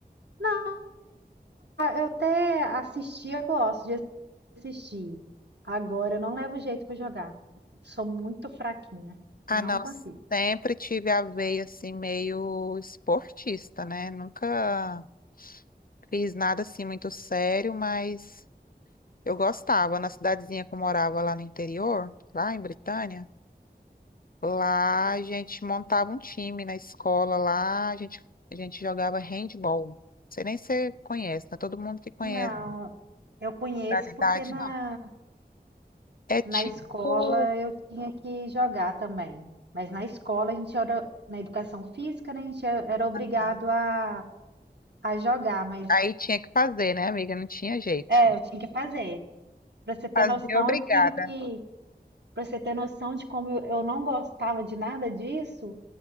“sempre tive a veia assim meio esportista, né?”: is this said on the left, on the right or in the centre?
Left